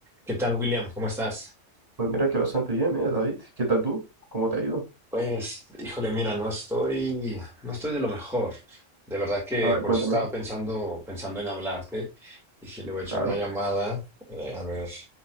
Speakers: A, in the centre; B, on the right.
A: ¿Qué tal, William? ¿Cómo estás?
B: Pues mira que bastante bien, ¿eh, David? ¿Qué tal tú? ¿Cómo te ha ido?
A: Pues, híjole, mira, no estoy, no estoy de lo mejor. De verdad que
B: A ver,
A: por
B: cuéntame.
A: eso estaba pensando, pensando en hablarte. Dije, le voy a echar
B: Claro.
A: una llamada, eh, a ver